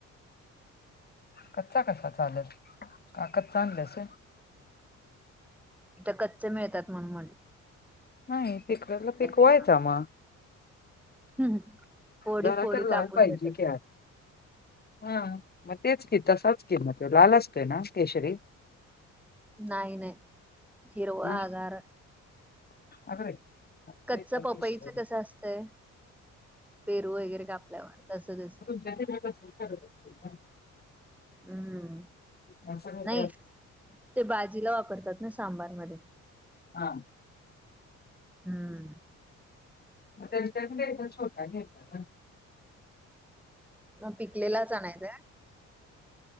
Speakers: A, on the left; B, in the centre.
A: कच्चा कसा चालेल काकच आणलं अस
B: इथं कच्च मिळतात म्हणून म्ह
A: नाही पीक वलं पीकवायच
B: गेलो.
A: आम
B: हम्म. फोडी
A: जरा
B: फोडी
A: तर
B: कापून
A: लाान पाहिजे
B: देतात.
A: कत हा म तेच कि त साचकीि म लाल असते ना केशरी
B: नाही नाही हिरवा
A: मग
B: आगार
A: अग आमच्या
B: कच्च
A: इथला
B: पपाईच
A: केशरी
B: कसं असतय पेरू वगैरे कापल्यावर तस दिसत
A: जत जला स्वीकारत असतील
B: हम्म
A: ना सगळीकडे
B: नाही ते बाजीला वापरतात ना सांबार म
A: हां
B: हम्म.
A: मग त्यांच्याकडे छोटा घेेतात
B: मग पिकलेलाचयच